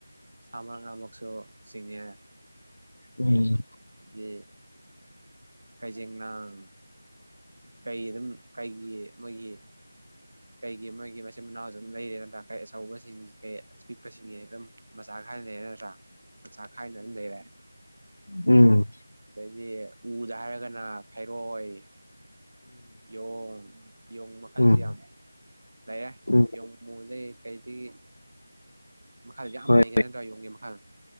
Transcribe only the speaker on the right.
ꯁꯥ ꯃꯉꯥꯃꯛꯁꯨ ꯆꯤꯡꯉꯦ
ꯑꯗꯩꯗꯤ ꯀꯩꯖꯦꯡ ꯂꯥꯡ ꯀꯩ ꯑꯗꯨꯝ ꯀꯩꯒꯤ ꯃꯣꯏꯒꯤ ꯀꯩꯒꯤ ꯃꯣꯏꯒꯤ ꯃꯆꯤꯟ ꯃꯅꯥꯎ ꯑꯗꯨꯝ ꯂꯩꯔꯦ ꯅꯠꯇ꯭ꯔ ꯀꯩ ꯑꯆꯧꯕꯁꯤꯡꯒꯤ ꯀꯩ ꯄꯤꯛ ꯄꯁꯤꯡꯒꯤ ꯑꯗꯨꯝ ꯃꯆꯥ ꯈꯥꯏꯅ ꯂꯩꯔꯦ ꯅꯠꯇ꯭ꯔꯥ ꯃꯆꯥ ꯈꯥꯏꯅ ꯑꯗꯨꯝ ꯂꯩꯔꯦ
ꯑꯗꯩꯗꯤ ꯎꯗ ꯍꯥꯏꯔꯒꯅ ꯈꯩꯔꯣꯏ ꯌꯣꯡ ꯌꯣꯡ ꯃꯈꯜꯁꯤ
ꯌꯥꯝꯤ ꯇꯌꯥꯏ
ꯌꯣꯡ ꯑꯃꯨꯕꯁꯦ ꯀꯩꯗꯒꯤ ꯃꯈꯥꯗ ꯌꯥꯝ
ꯂꯩꯒ꯭ꯔꯦ ꯅꯠꯇ꯭ꯔꯥ ꯌꯣꯡꯒꯤ ꯃꯈꯥꯗ